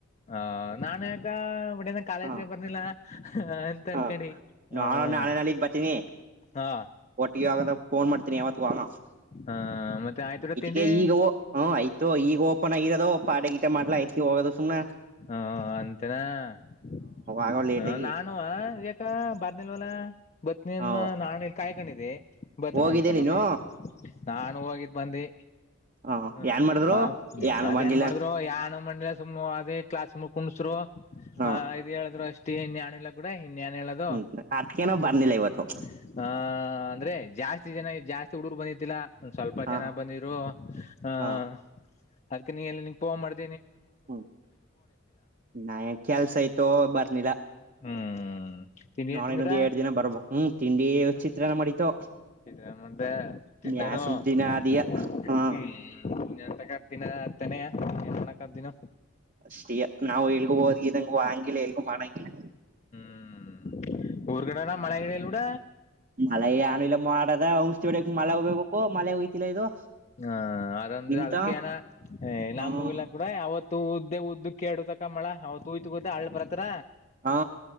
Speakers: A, on the left; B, on the right.
A: ಹ <unintelligible> <unintelligible> ಕಾಲೇಜ್ಗೆ
B: ಹ
A: ಬರ್ನಿಲ್ಲ ಅಂತ <unintelligible>
B: ಹ ನಾಳ ನಾಳೆ ನಾಳಿದ್ದ ಬತೀನಿ.
A: ಹಾ <unintelligible>
B: ಒಟ್ಟಿಗೆ ಆಗದ ಫೋನ್ ಮಾಡ್ತೀನಿ. <unintelligible>
A: ಆ ಮತ್ತೆ ಆಯ್ತು ಕೂಡ ತಿಂಡಿ
B: <unintelligible> ಈಗ ಹ ಆಯ್ತು ಈಗ ಓಪನ್ <unintelligible> ಪಾಠ ಗೀಠ ಮಾಡಲ್ಲ <unintelligible> ಹೋಗೋದ್ ಸುಮ್ಮ್ನ.
A: ಹಾ ಅಂತೇನ <unintelligible>
B: ಆಗೋ ಲೇಟ್
A: ಹ
B: ಆಗಿ
A: ನಾನು ಯಾಕ ಬರ್ನಿಲ್ವಲ. ಬತ್ನಿಯನ್ನ
B: ಹ
A: ನಾನ್ ಇಲ್ಲಿ ಕಾಯ್ಕೊಂಡಿದಿ. <unintelligible>
B: ಹೋಗಿದ್ದೆ
A: ಅನ್ಕೊಂಡು
B: ನೀನು
A: ನೀ ನಾನು ಹೋಗಿದ್ ಬಂದಿ.
B: ಹ
A: ಹ್ಮ್
B: ಏನ್ ಮಾಡಿದ್ರು
A: ಹ್ಮ <unintelligible>
B: ಏನು
A: ಅದೇಏನ್
B: ಮಾಡ್ಲಿಲ್ಲ
A: ಮಾಡಿದ್ರು ಯನು <unintelligible> ಸುಮ್ನೆ ಅದೇ ಕ್ಲಾಸ್ ಮು ಕುಣಸ್ರು
B: ಹ
A: ಆ <unintelligible> ಹೇಳಿದ್ರು ಅಷ್ಟ. <unintelligible> ಇನ್ <unintelligible> ಬಿಡು ಇನ್ ಏನ್ ಹೇಳದು
B: ಹ್ಮ್ ಅದ್ಕೇನ
A: <unintelligible>
B: ಬರ್ನಿಲ್ಲ ಇವತ್ತು
A: ಆ ಅಂದ್ರೆ. ಜಾಸ್ತಿ ಜನ ಜಾಸ್ತಿ ಹುಡುಗರು ಬಂದಿತಿಲ್ಲ ಸ್ವಲ್ಪ
B: ಹ
A: ಜನ ಬಂದಿದ್ರು <unintelligible>
B: ಹ
A: ಅದಕ <unintelligible> ನೀ ಪೋನ್ ಮಾಡಿದ್
B: ಹ್ಮ್ <unintelligible> ಕೆಲ್ಸ ಇತ್ತು ಬರ್ನಿಲ್ಲ.
A: ಹ್ಮ್ ತಿಂಡಿ
B: ನಾಳೆ
A: ಏನ್ ತಿಂದಿರ
B: ಇನ್ನೊಂದು ಎರಡು ದಿನ ಬರ್ಬೇಕು ಹ್ಮ್ ತಿಂಡಿ ಚಿತ್ರನ್ನ ಮಾಡಿತ್ತು.
A: <unintelligible> ತಿಂಡಾನೋ
B: ಯಾ ಸುಮ್
A: <unintelligible>
B: ದಿನ ಅದಿಯ ಹಾ
A: <unintelligible> ದಿನಾ ಹತನೆಯ <unintelligible> ದಿನ
B: ಅಷ್ಟ <unintelligible> ಈ ನಾವು ಎಲ್ಗು ಹೋದ್ಗಿದಂಗ ಆಂಗಿಲ್ಲ ಎಲ್ಗೂ ಮಾಡಂಗಿಲ್ಲ.
A: ಹ್ಮ್ ಊರ್ಗಡೆ ಮಳೆಗಡೆ ಎಲ್ಲೂಡ.
B: ಮಳೆ ಏನು <unintelligible> ಮಳೆ <unintelligible> ಮಳೆ ಹೊಯ್ತಿಲ್ಲ ಇದು.
A: ಹಾ ಅದಂದು
B: ನಿಮ್ತ
A: ಅದಕ್ಕ ಏನ <unintelligible>
B: ಹ್ಮ
A: ನಮೂಲ್ಲ ಕೂಡ <unintelligible> ತ ಉದ್ದ ಉದ್ದ ಕೇಳಡತಕ ಮಳ ಅವ <unintelligible> ಗೊತ್ತಾ ಅಳ್ ಬರತ್ರ.
B: ಹಾ